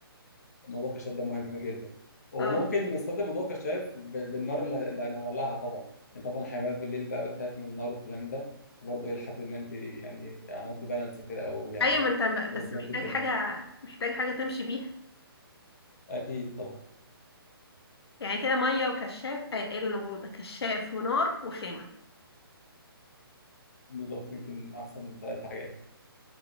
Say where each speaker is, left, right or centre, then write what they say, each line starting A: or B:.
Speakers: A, on the left; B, on the left.
A: موضوع الكشاف ده مهم جدا وممكن
B: اه
A: نستخدم موضوع الكشاف بال- بالنار اللي اللي هنولعها طبعا يعني طبعا الحيوانات بالليل بقى بتخاف من النار والكلام ده فبرضه الى حد ما انت يعني عملتي بالانس كده او يعني
B: ايوه ما انت ب- بس
A: وزنت
B: محتاج
A: الدنيا
B: حاجه محتاج حاجه تمشي بيها
A: اكيد طبعا
B: يعني كده ميه وكشاف آه، ايه اللي انا بقوله ده كشاف ونار وخيمه
A: بالظبط يمكن احسن ثلاث حاجات